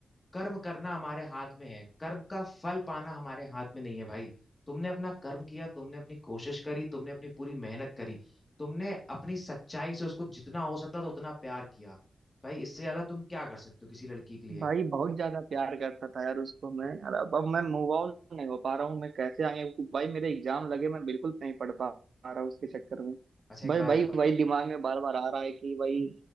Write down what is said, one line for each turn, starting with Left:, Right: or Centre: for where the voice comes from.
Left: कर्म करना हमारे हाथ में है कर्म का फल पाना हमारे हाथ में नहीं है भाई तुमने अपना कर्म किया तुमने अपनी कोशिश करी तुमने अपनी पूरी मेहनत करी तुमने अपनी सच्चाई से उसको जितना हो सकता था उतना प्यार किया भाई इससे ज्यादा तुम क्या कर सकते हो किसी लड़की के लिए
Right: भाई बहुत ज्यादा प्यार करता था यार उसको मैं यार अब अब मैं मूव ऑन नहीं हो पा रहा हूँ मैं कैसे आगे भाई मेरे एग्जाम लगे मैं बिल्कुल नहीं पढ़ पा पा रहा उसके चक्कर में
Left: अच्छा एक
Right: भाई
Left: बात
Right: भाई
Left: बताओ
Right: वही दिमाग में बार बार आ रहा है कि वही